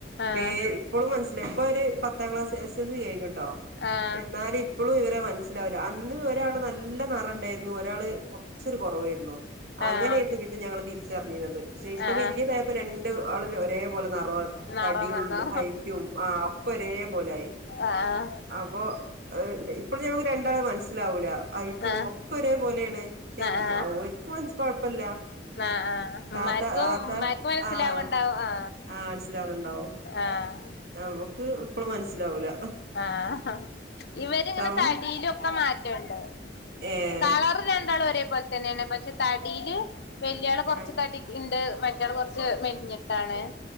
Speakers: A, on the left; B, on the right.
A: ആഹ്
B: പേ ഇപ്പോഴും മനസ്സിലായി ഇപ്പൊ ഒരു പത്താം ക്ലാസ് എസ് എൽസി കഴിഞ്ഞിട്ടോ
A: ആഹ്
B: പക്ഷെ എന്നാലും ഇ ഇപ്പളും ഇവരെ മനസ്സിലാവുല്ല അന്ന് ഒരാൾ നല്ല നിറുണ്ടായിരുന്നു ഒരാൾ.. കുറച്ചൊരു കുറവായിരുന്നു അങ്ങനെരുന്നു
A: ആഹ്
B: പിന്നെ ഞങ്ങൾ തിരിച്ചറിഞ്ഞിരുന്നത് പക്ഷെ ഇപ്പൊ
A: ആഹ്
B: വലിയ പേ ഇപ്പൊ രണ്ട ആള ഒരേപോലെ നിറ
A: നിറം
B: തടിയും
A: വന്നോ
B: ഹൈറ്റും ആ ഒക്കെ ഒരേ പോലായി
A: ആഹ്
B: അപ്പോ ഇപ്പഴ ഞമുക്ക് രണ്ടാളെ മനസ്സിലാവൂല ഐറ്റും
A: ആഹ്
B: ഒക്കെ ഒരേ പോലെണ് പക്ഷെ
A: ആഹ്
B: മ്
A: ആഹ്
B: ഓല്ക്ക് മൻ കൊഴപ്പല്ല.
A: ആഹ് ആഹ്
B: താത്ത
A: മർക്കും
B: താത്ത
A: മർക്ക് മനസ്സിലാവണ്ടാവും
B: ആഹ്
A: ആ
B: ആഹ് മനസ്സിലാവകുന്നുണ്ടാവും
A: ആഹ്
B: നമുക്ക് ഇപ്പളും മനസ്സിലാവൂല
A: ആഹ്
B: ഉം
A: ഇവരിങ്ങനെ
B: സം
A: തടിയിലൊക്കെ മാറ്റംണ്ട്.
B: ഏഹ്
A: കളർ രണ്ടാൾ ഒരേ പോലെ തന്നെയാണ് പക്ഷെ തടിയില് വല്യ ആള് കുറച്ച്
B: ആഹ്
A: തടി ഇണ്ട് മറ്റള് കൊറച്ച് മെലിഞ്ഞിട്ടാണ്